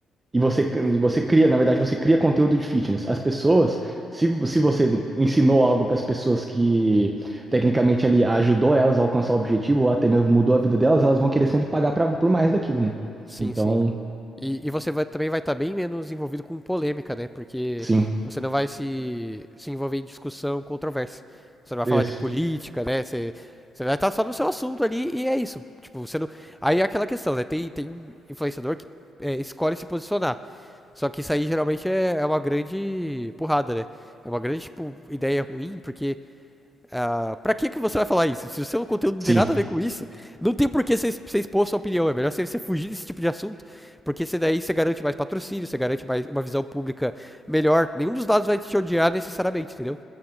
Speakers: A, on the right; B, in the centre.
A: E você, você cria, na verdade, você cria conteúdo de fitness. As pessoas, se, se você ensinou algo para as pessoas que tecnicamente ali ajudou elas a alcançar o objetivo, ou até mesmo mudou a vida delas, elas vão querer sempre pagar pra, por mais daquilo, né?
B: Sim,
A: Então,
B: sim. E, e você vai- também vai estar bem menos envolvido com polêmica, né? Porque
A: sim.
B: você não vai se, se envolver em discussão controversa. Você não vai
A: Isso.
B: falar de política, né? Você, você vai estar só no seu assunto ali e é isso. Tipo, você não... Aí é aquela questão, né? Tem, tem influenciador que é, escolhe se posicionar. Só que isso aí geralmente é, é uma grande burrada, né? É uma grande, tipo, ideia ruim, porque ah, pra que que você vai falar isso? Se o seu conteúdo não
A: Sim.
B: tem nada a ver com isso, não tem por que você, você expor sua opinião. É melhor você, você fugir desse tipo de assunto, porque você daí você garante mais patrocínio, você garante mais uma visão pública melhor. Nenhum dos lados vai te odiar necessariamente, entendeu?